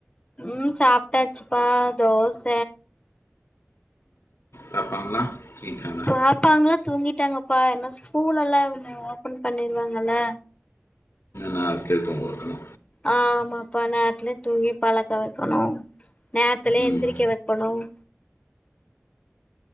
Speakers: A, on the left; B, on the left.
A: ம் சாப்ட்டாச்சுப்பா தோச
B: சாப்டாங்ளா சிக்கன்
A: பாப்பாங்களா தூங்கிட்டாங்கப்பா ஏன்னா ஸ்கூலல்லா இன்னு ஓபன் பண்ணிருவாங்கல்ல
B: நாள்க்கே தூங்க வக்கணு
A: ஆ ஆமாப்பா நேத்துலே தூங்கி பழக்க வைக்கணு நேத்துலே
B: ம்.
A: எந்திரிக்க வைக் பணம்